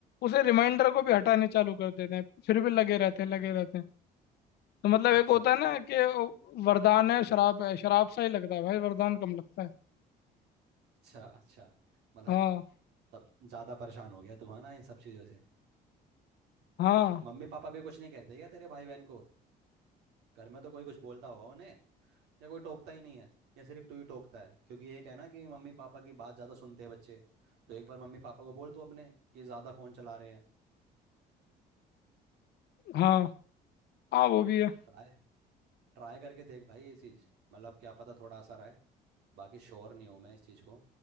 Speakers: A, on the left; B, on the right.
A: उसे रिमाइंडर को भी हटाने चालू कर देते हैं फिर भी लगे रहते हैं लगे रहते हैं तो मतलब एक
B: अच्छा
A: होता है ना कि वो वरदान है शराब है शराब सा ही लगता है भाई वरदान कम लगता है
B: अच्छा अच्छा मतलब
A: हाँ
B: सब ज़्यादा परेशान हो गया तू है ना इन सब चीज़ों से
A: हाँ
B: मम्मी पापा भी कुछ नहीं कहते क्या तेरे भाई बहन को घर में तो कोई कुछ बोलता होगा उन्हें या कोई टोकता ही नहीं है या सिर्फ तू ही टोकता है क्योंकि ये क्या है ना कि मम्मी पापा की बात ज़्यादा सुनते हैं बच्चे तो एक बार मम्मी पापा को बोल तू अपने कि ज़्यादा फ़ोन चला रहे हैं
A: हाँ हाँ वो भी है
B: ट्राई ट्राई करके देख भाई ये चीज़ मतलब क्या पता थोड़ा असर आए बाकी श्योर नहीं हूँ मैं इस चीज़ को